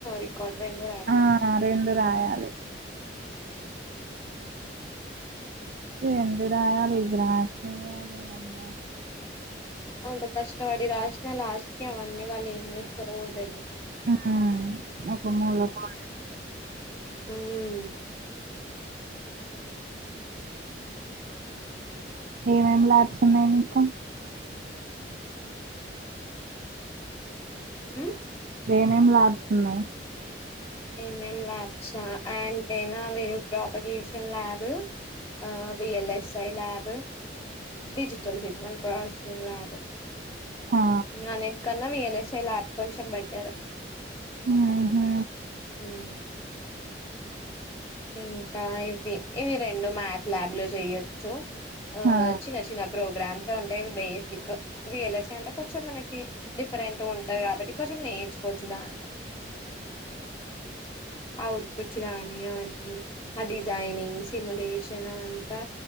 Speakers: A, on the left; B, on the right.
A: రికార్డ్ రెండు
B: ఆ రెండు రాయాలి
A: ఉ
B: ఎంటిడయాల ఈ గ్రాప్స్్యాలి అమ్మో
A: అంత కష్టపడి రాసినా లాస్ట్కీ అవన్నీ వాళ్ళు ఏం చేస్తారో కూడా తెలియదు
B: మ్ ఒక మూలకి పడేస్తా
A: హ్మ్
B: ఏమేమి ల్యాబ్స్ ఉన్నాయి మీకు
A: మ్
B: ఏమేమి లాబ్స్ ఉన్నయ్
A: ఏమేం ల్యాబ్సా అంటేనా వేవ్ ప్రాపిగేషన్ ల్యాబ్ ఆ V L S I lab digital signal processing lab
B: హా
A: అనిటికన ఆ V L S I lab కొంచెం బెటర్
B: ఉ హు
A: హూ ఇంకా ఇవి ఇవి రెండు మ్యాథ్ ల్యాబ్ లో చెయ్యొ చ్చు ఆ
B: హా
A: చిన్న చిన్న ప్రోగ్రామ్స్ మ్సే ఉంటాయ్ అవి basic V L S I అంటే కొంచెం మనకి డిఫరెంట్గా ఉంటది కాబట్టి కొంచెం నేర్చు వచ్చు బానే ఔట్ ఫుట్సు గాని అవన్నీ ఆ డిజైనింగ్ సిమ్యులేషన్ అదంతా